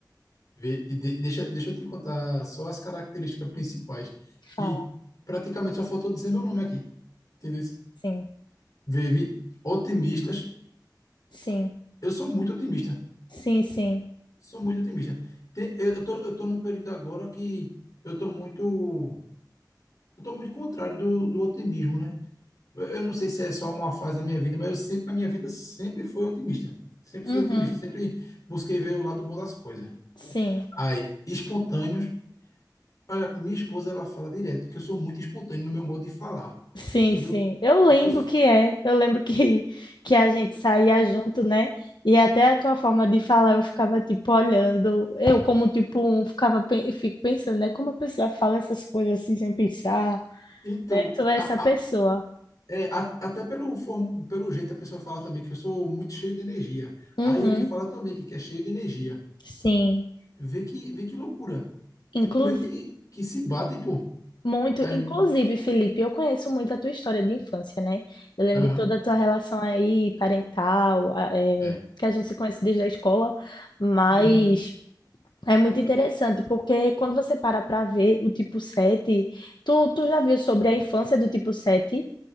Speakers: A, on the left (about 50°); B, on the left (about 80°).
A: Vê- e de- deixa, deixa eu te contar só as características principais, que
B: Fala.
A: praticamente só faltou dizer meu nome aqui. Entendeu?
B: Sim,
A: Vive otimistas.
B: sim,
A: Eu sou muito otimista.
B: sim, sim.
A: Sou muito otimista. Tem- eu, eu tô, eu tô num período agora que eu tô muito eu tô muito contrário do, do otimismo, né? Eu não sei se é só uma fase da minha vida, mas eu sempre, a minha vida sempre foi otimista. Sempre
B: Uhum.
A: fui otimista, sempre busquei ver o lado bom das coisas.
B: Sim.
A: Aí, espontâneos, olha, minha esposa ela fala direto que eu sou muito espontâneo no meu modo de falar,
B: Sim,
A: entendeu?
B: sim. Eu
A: Porque
B: lembro
A: eu, s-
B: que é. Eu lembro que,
A: e-
B: <laughs> que a gente saía junto, né? E até a tua forma de falar, eu ficava tipo olhando. Eu, como tipo um, ficava pe- fico pensando, né? Como a pessoa fala essas coisas assim sem pensar,
A: então,
B: né? Tu é
A: a-
B: essa pessoa.
A: a- é, a- até pelo, form- pelo jeito a pessoa fala também que eu sou muito cheio de energia.
B: Uhum.
A: Aí ele fala também que, que é cheio de energia.
B: Sim.
A: Vê que, vê que loucura.
B: Inclusive,
A: Tipo, meio que, que se batem, pô.
B: muito,
A: Aí,
B: inclusive, Felipe, eu conheço muito a tua história de infância, né? Eu lembro
A: aham,
B: de toda a tua relação aí, parental, a- é,
A: é.
B: que a gente se conhece desde a escola, mas
A: Uhum.
B: É muito interessante, porque quando você para para ver o tipo 7, tu, tu já viu sobre a infância do tipo 7?